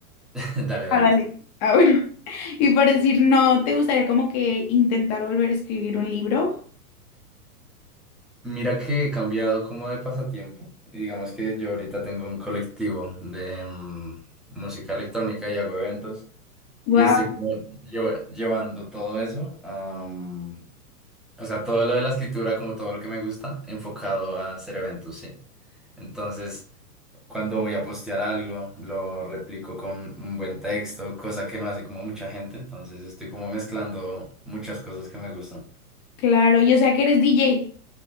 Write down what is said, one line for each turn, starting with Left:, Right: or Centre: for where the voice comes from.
Centre: <laughs> dale, dale
Left: ah, dale.
Centre: tú.
Left: Ah, bueno. <laughs> Y por decir, no, ¿te gustaría como que intentar volver a escribir un libro?
Centre: Mira que he cambiado como de pasatiempo. y Digamos que yo ahorita tengo un colectivo de mm, música electrónica y hago eventos.
Left: Wow,
Centre: Y estoy como llev- llevando todo eso, am, o sea, todo lo de la escritura, como todo lo que me gusta, enfocado a hacer eventos, sí. Entonces, cuando voy a postear algo, lo replico con un buen texto, cosa que no hace como mucha gente. Entonces, estoy como mezclando muchas cosas que me gustan.
Left: claro. Yo sé que eres DJ,